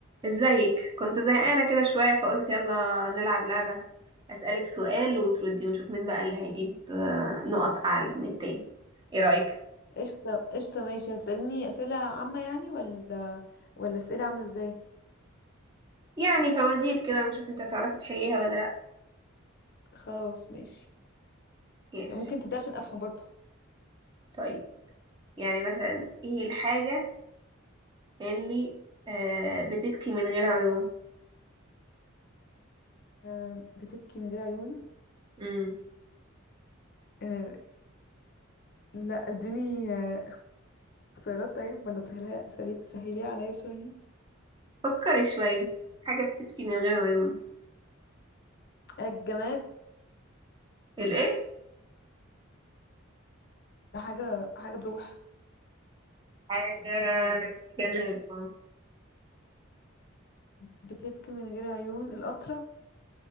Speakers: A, on the right; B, on the left.
A: ازيك كنت زهقانة كده شوية فقلت يلا نلعب لعبة أسألك سؤال وتردي ونشوف مين بقى اللي هيجيب آه، نقط أعلى من التاني ايه رأيك
B: قشطة قشطة ماشي هتسألني أسئلة عامة يعني ولا ولا أسئلة عاملة ازاي
A: يعني فوازير كده ونشوف انت هتعرفي تحليها ولا لأ
B: خلاص ماشي
A: ماشي
B: ممكن تبدأ عشان أفهم برضو
A: طيب يعني مثلا ايه الحاجة اللي آه، بتبكي من غير عيون
B: أه بتبكي من غير عيون
A: امم
B: أه لا اديني آه، اختيارات طيب ولا سهلها سهلي- سهليها عليا شوية
A: فكري شوية حاجة بتبكي من غير عيون
B: الجمال
A: الايه
B: حاجة حاجة بروح
A: حاجة جماد اه
B: بتبكي من غير عيون القطرة